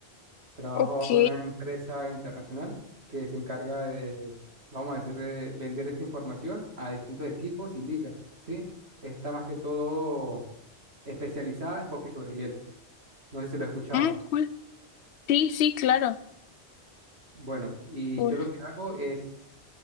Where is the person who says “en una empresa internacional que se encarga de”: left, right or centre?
Right